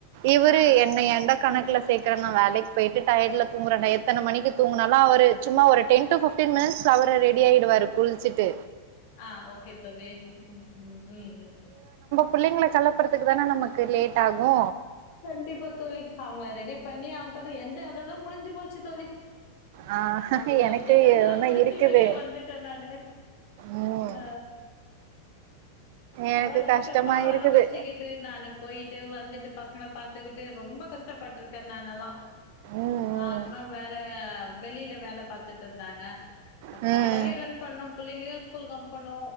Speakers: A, on the right; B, on the left.
A: இவுரு
B: ஆ ஆ
A: என்ன எந்த கணக்ல சேக்ர நா வேலக் பெய்ட்டு டயட்ல தூங்குறடா எத்தன மணிக்கு தூங்குனாலு அவரு சும்மா ஒரு டென் டு ஃபிப்டின் மினிட்ஸ் அவரு ரெடி ஆயிடுவாரு குள்ச்சிட்டு
B: ஆ ஓகே தோழி ம் ம்
A: புள்ளிங்ள கலப்புற்த்துக்கு தான நமக்கு லேட் ஆகு
B: கண்டிப்பா தோழி அவங்ளா ரெடி பண்ணி அன்பது எந்த அதெல்லா முடிஞ்சு போச்சு தோழி
A: ஆ
B: அந்த சப்ஜெக்ட்
A: எனக்கு
B: எல்லா
A: இன்னு
B: முடிஞ்சி
A: இருக்குது
B: வெளிய வந்துட்ட நானு
A: ம்
B: அ
A: எனக்கு
B: ஒவரு கஷ்டோ
A: கஷ்டமா
B: பாலரு
A: இருக்குது
B: வெச்சிகிட்டு நானு போயிட்டு வந்துட்டு பஸ் பாத்துக்குட்டு ரொம்ப கஷ்டப்பட்ருக்கே நானெலா
A: ம்
B: அ ஹஸ்பண்ட் வேற வெளில வேல பாத்துட்ருந்தாங்க
A: ம்
B: பாலரையு
A: ம்
B: ரன் பண்ணு புள்ளிங்ளியு ஸ்கூல் கம் பனு